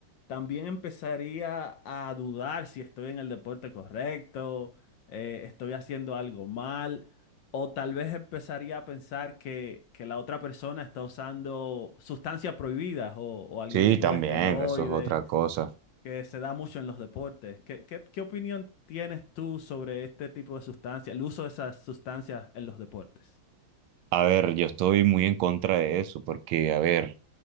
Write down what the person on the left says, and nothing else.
también empezaría a dudar si estoy en el deporte correcto, eh, estoy haciendo algo mal, o tal vez empezaría a pensar que, que la otra persona está usando sustancias prohibidas o, o algún
tipo
de esteroide
que se da mucho en los deportes. ¿Qué, qué, qué opinión tienes tú sobre este tipo de sustancias, el uso de esas sustancias en los deportes?